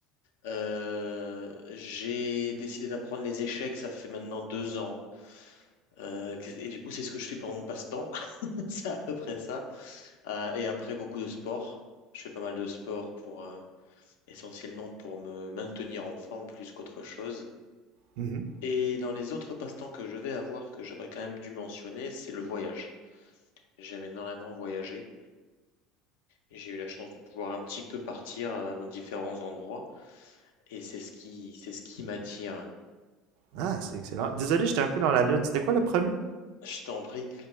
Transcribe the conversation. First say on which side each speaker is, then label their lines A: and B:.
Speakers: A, on the left; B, on the right.
A: Euh, j'ai décidé d'apprendre les échecs, ça fait maintenant deux ans. Euh, et du coup, c'est ce que je fais pendant mon passe-temps. <laughs> C'est à peu près ça. Euh, et après, beaucoup de sport. Je fais pas mal de sport pour, euh, essentiellement pour me maintenir en forme plus qu'autre chose.
B: Mhm.
A: Et dans les autres passe-temps que je vais avoir, que j'aurais quand même dû mentionner, c'est le voyage. J'aime énormément voyager. Et J'ai eu la chance de pouvoir un petit peu partir euh, dans différents endroits et c'est ce qui, c'est ce qui m'attire.
B: Ah, c'est excellent. Désolé, j'étais un peu dans la lune. C'était quoi le premier?
A: Je t'en prie.